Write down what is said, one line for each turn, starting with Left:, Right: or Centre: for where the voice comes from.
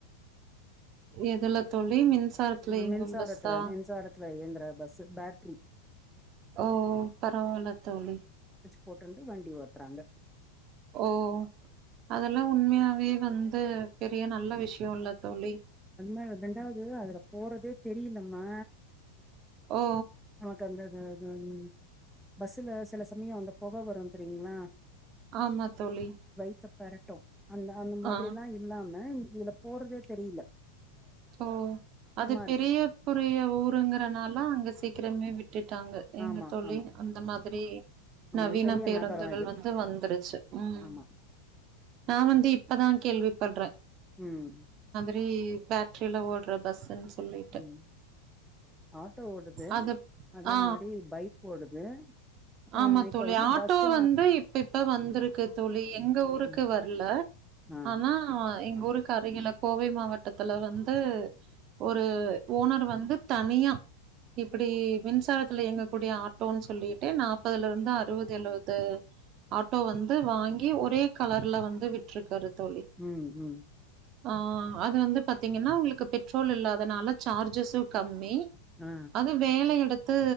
Right: எதுல தோழி? மின்சாரத்துல
Centre: ஆ
Right: இயங்கும்
Centre: மின்சாரத்துல
Right: பஸ்ஸா?
Centre: மின்சாரத்துல இயங்குற பஸ்ஸு பேட்ரி
Right: ஓ பரவால்ல தோழி
Centre: போட்டுன்டு வண்டி ஓட்றாங்க
Right: ஓ அதல்லா உண்மையாவே வந் து பெரிய நல்ல விஷ்யோல்ல தோழி
Centre: அது மாரி ரெண்டாவது அதுல போறதே தெரியிலம்மா
Right: ஓ
Centre: நமக்கந்த <unintelligible> பஸ்ஸுல சில சமயொ அந்த பொக வரு தெரியிங்ளா
Right: ஆமா தோழி
Centre: த்த பெரட்டு அந்த அந்த மாதிரிலா
Right: ஆ
Centre: இல்லாம இதுல போறதே தெரியில
Right: ஓ அது பெரிய
Centre: இருக்கு
Right: புரிய ஊருங்கிறனால அங்க சி க்கிரமே வி ட்டுட்டாங்க ஏங்க
Centre: ஆமா
Right: தோழி
Centre: ஆமா
Right: அந்த மாதிரி
Centre: ஆமா
Right: நவீன
Centre: இது பெரிய
Right: பேருந்துகள்
Centre: நகரம் இது
Right: வந்து வந்துருச்சு ம்
Centre: ஆமா
Right: நா வந்து இப் பதா கேள்விப்பட்றே
Centre: ம்
Right: ரி பேட்ரில ஓட்ற பஸ்ஸுன் சொல்லிட்டு
Centre: ம் ஆட்டோ ஓடுது
Right: அது
Centre: அதே
Right: ஆ
Centre: மாரி பைக் ஓடுது
Right: ஆமா
Centre: அ இப்ப
Right: தோழி
Centre: வந்து
Right: ஆட்டோ
Centre: பஸ்ஸு
Right: வந்து இப்ப இப்ப வந்துருக்கு தோழி எங்க ஊருக்கு
Centre: ம்
Right: வர்ல
Centre: ஆ
Right: ஆனா எங்கூரு கரையில கோவை மாவட்டத்துல வந்து ஒரு ஓனர் வந்து தனியா இப்பிடி மின்சாரத்துல இயங்கக்கூடிய ஆட்டோன் சொல்லிட்டு நாப்பதுலருந்து அறுவது எழுவது ஆட்டோ வந்து வாங்கி ஒரே கலர்ல வந்து விட்ருக்காரு தோழி.
Centre: ம் ம்
Right: ஆ அது வந்து பாத்திங்கன்னா உங்களுக்கு பெட்ரோல் இல்லாதனால சார்ஜஸு கம்மி
Centre: ஆ
Right: அது வேலை எடுத் த்து